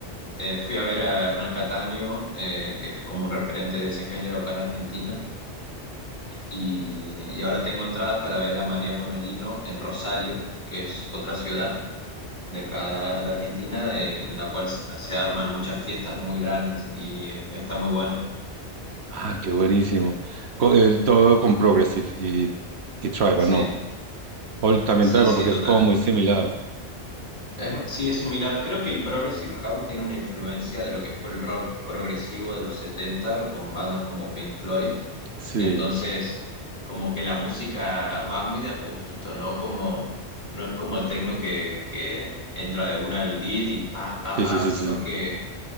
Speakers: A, on the left (about 45°); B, on the right (about 70°).
A: Eh, fui a ver a Hernán Cataño, eh, que es como un referente de ese género acá en Argentina. Y, y ahora tengo entradas para ver a Mariano Melino en Rosario, que es otra ciudad de acá de Argentina, de- en la cual s- se arman muchas fiestas muy grandes y está muy bueno.
B: Ah, qué buenísimo. Co- el- todo con Progressive y, y Tribal,
A: Sí,
B: no. O también
A: sí,
B: Tribal,
A: sí,
B: porque
A: total.
B: es como muy similar.
A: Es- sí, es similar. Creo que el Progressive House tiene una influencia de lo que fue el rock progresivo de los 70 con bandas como Pink Floyd.
B: Sí,
A: Entonces, como que la música va muy de a poquito, ¿no? Como, no es como el techno que, que entra de una al beat y pa, pa,
B: sí,
A: pa,
B: sí, sí,
A: sino
B: sí.
A: que